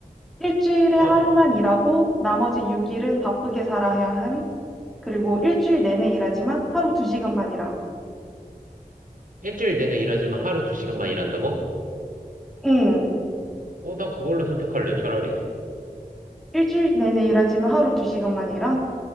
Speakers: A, in the centre; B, on the right.
A: 일주일에 하루만
B: 어,
A: 일하고 나머지 6일은 바쁘게 살아야 한. 그리고 일주일 내내 일하지만 하루 2시간만 일함.
B: 일주일 내내 일하지만 하루 두 시간만 일한다고?
A: 응.
B: 어, 난 그걸로 선택할래, 차라리.
A: 일주일 내내 일하지만 하루 2시간만 일함.